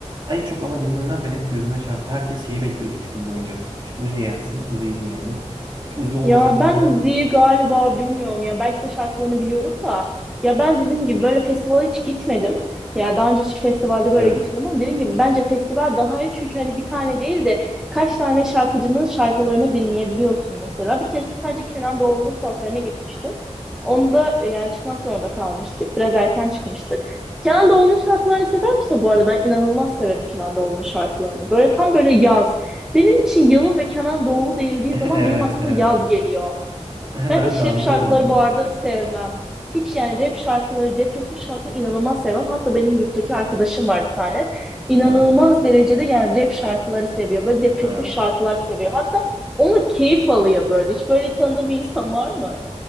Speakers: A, on the right; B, in the centre.
A: En çok ama dinlenilen ben hep gözüme çarptı. Herkes şeyi bekliyordu 3 gün boyunca. Şu Uzi gelsin Uzi'yi dinleyelim. Uzi olmasa
B: Ya
A: bile
B: ben
A: Uzi...
B: Uzi'yi galiba bilmiyorum ya. Belki de şarkılarını biliyorum da. Ya ben dediğim gibi böyle festivale hiç gitmedim. Ya daha önce hiç festivalde böyle
A: Evet.
B: gitmedim ama dediğim gibi bence festival daha iyi çünkü hani bir tane değil de kaç tane şarkıcının şarkılarını dinleyebiliyorsun mesela. Bir kere sadece Kenan Doğulu'nun konserine gitmiştim. Onda yani çıkmak zorunda kalmıştık. Biraz erken çıkmıştık. Kenan Doğulu'nun şarkılarını sever misin bu arada? Ben inanılmaz severim Kenan Doğulu'nun şarkılarını. Böyle tam böyle yaz. Benim için Yalın ve Kenan Doğulu değildiği
A: <laughs>
B: zaman
A: Evet
B: benim aklıma
A: evet.
B: yaz geliyor.
A: <laughs>
B: Ben
A: Ben
B: hiç
A: de anlıyorum
B: rap şarkıları
A: anlattığını.
B: bu arada sevmem. Hiç yani rap şarkıları, depresif şarkıları inanılmaz sevmem. Hatta benim yurttaki arkadaşım var bir tane. İnanılmaz
A: Evet.
B: derecede yani rap şarkıları seviyor. Böyle depresif
A: Ha.
B: şarkılar seviyor. Hatta onu keyif alıyor böyle. Hiç böyle tanıdığım bir insan var mı?